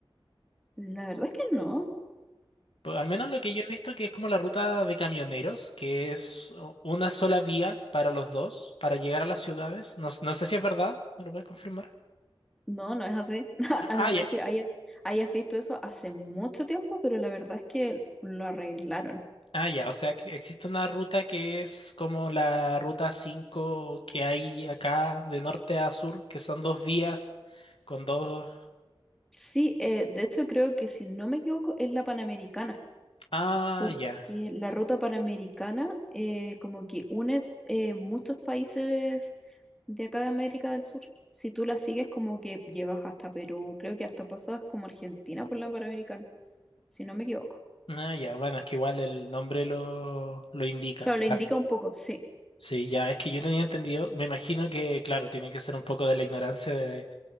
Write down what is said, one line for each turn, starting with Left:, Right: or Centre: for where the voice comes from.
Centre: la verdad es que no.
Left: Pues, al menos lo que yo he visto que es como la ruta de camioneros, que es u- una sola vía para los dos, para llegar a las ciudades. No, s- no sé si es verdad, ¿me lo puedes confirmar?
Centre: No, no es así. <laughs>
Left: Ah,
Centre: A
Left: ah,
Centre: no ser
Left: ya.
Centre: que hayas, hayas visto eso hace mucho tiempo, pero la verdad es que lo arreglaron.
Left: Ah, ya, o sea, que existe una ruta que es como la ruta 5 que hay acá de norte a sur, que son dos vías con dos...
Centre: Sí, eh, de hecho creo que si no me equivoco es la Panamericana,
Left: Ah,
Centre: porque
Left: ya.
Centre: la ruta Panamericana eh, como que une eh, muchos países de acá de América del Sur. Si tú la sigues como que llegas hasta Perú, creo que hasta pasas como Argentina por la Panamericana, si no me equivoco.
Left: Ah, ya, bueno, es que igual el nombre lo, lo indica.
Centre: Claro, lo
Left: Claro.
Centre: indica un poco, sí.
Left: Sí, ya, es que yo tenía entendido, me imagino que, claro, tiene que ser un poco de la ignorancia